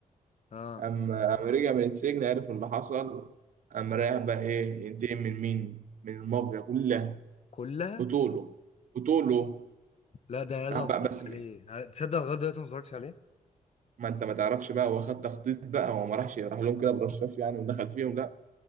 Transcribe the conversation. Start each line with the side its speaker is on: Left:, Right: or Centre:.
Left: اه
Right: قام قام رجع من السجن عرف اللي حصل قام رايح بقى ايه ينتقم من مين؟ من المافيا كلها
Left: كلها
Right: بطوله بطوله
Left: لا ده أنا لازم
Right: راح
Left: اتفرج
Right: بقى بس
Left: عليه تصدق لغايه دلوقتي ما اتفرجتش عليه
Right: ما انت ما تعرفش بقى هو خد تخطيط بقى هو ما راحش راح لهم كده برشاش يعني ودخل فيهم لا